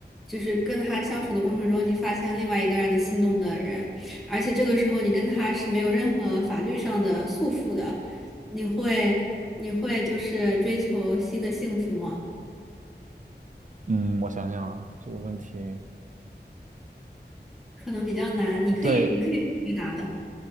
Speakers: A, in the centre; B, on the right.
A: 就是跟他相处的过程中，你发现另外一个让你心动的人，而且这个时候你跟他是没有任何法律上的束缚的，你会你会就是追求新的幸福吗？
B: 嗯，我想想啊，这个问题，
A: 可能比较难，你可以你可以回答的，
B: 对，